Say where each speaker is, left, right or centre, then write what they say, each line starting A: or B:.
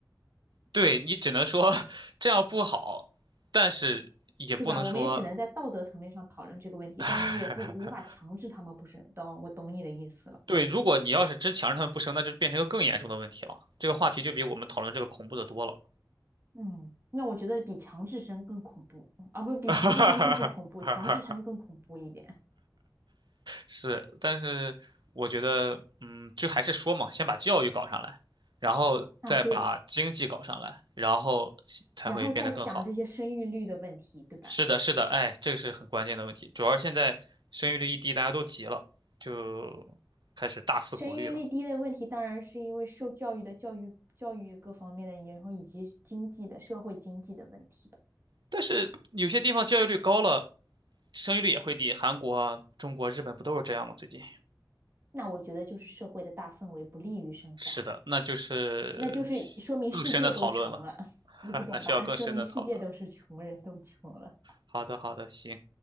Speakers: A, on the right; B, on the right.
A: 对，你只能说 <laughs> 这样不好，但是也不能说
B: 对吧？我们也只能在道德层面上讨论这个问题，
A: <laughs>
B: 但是也不无法强制他们不生。懂，我懂你的意思了。
A: 对，如果你要是真强制他们不生，那就变成一个更严重的问题了。这个话题就比我们讨论这个恐怖的多了。
B: 嗯，那我觉得比强制生更恐怖啊，不，比强制生更不恐怖，
A: <laughs>
B: 强制生更恐怖一点
A: 是，但是我觉得，嗯，就还是说嘛，先把教育搞上来，然后再把经济搞上来，
B: 啊。对，
A: 然后才会变得更好。
B: 然后再想这些生育率的问题，对吧？
A: 是的，是的，哎，这个是很关键的问题。主要是现在生育率一低，大家都急了，就开始大肆鼓励了。
B: 生育率低的问题，当然是因为受教育的教育、教育各方面的，然后以及经济的、社会经济的问题吧。
A: 但是有些地方教育率高了，生育率也会低。韩国啊中国、日本不都是这样吗？最近
B: 那我觉得就是社会的大氛围不利于生小孩。
A: 是的，那就是
B: 那就是说明世界都穷了，
A: 更深的讨论了，
B: <laughs>
A: <laughs>
B: 你不懂吧？
A: 那需要更深的讨论。
B: 说明世界都是穷人，都穷了。
A: 好的，好的，行。